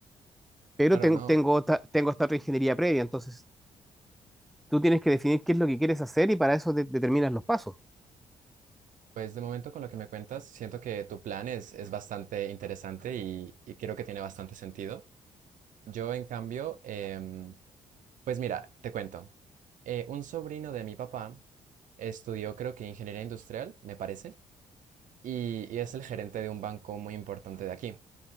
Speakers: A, in the centre; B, on the right.
A: Pero
B: Claro,
A: ten-
B: no.
A: tengo, otra- tengo esta otra ingeniería previa, entonces Tú tienes que definir qué es lo que quieres hacer y para eso de- determinas los pasos.
B: Pues de momento con lo que me cuentas, siento que tu plan es, es bastante interesante y, y creo que tiene bastante sentido. Yo, en cambio, em, pues mira, te cuento. Eh, un sobrino de mi papá estudió, creo que ingeniería industrial, me parece. y, y es el gerente de un banco muy importante de aquí.